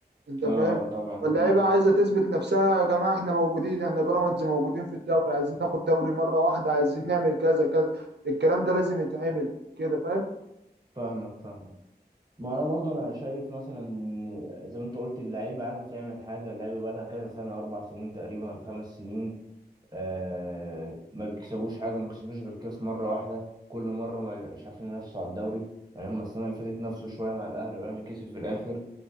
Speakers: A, on the right (about 80°); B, on the right (about 25°).
A: انت
B: اه
A: فاهم
B: طبعا
A: فاللعيبه
B: مم.
A: عايزه تثبت نفسها يا جماعه احنا موجودين احنا بيراميدز موجودين في الدوري عايزين ناخد دوري مره واحده عايزين نعمل كذا كذا الكلام ده لازم يتعمل كده فاهم
B: فاهمك فاهمك ما انا برضو انا شايف مثلا إن زي ما انت قلت اللعيبه عايزه تعمل حاجه اللعيبه بقى لها كذا سنه اربع سنين تقريبا ولا خمس سنين آه ما بيكسبوش حاجه ما بيكسبوش غير كاس مره واحده كل مره ما مش عارفين ينافسوا على الدوري يعني هم السنه اللي فاتت نفسوا شويه مع الاهلي والاهلي كسب في الاخر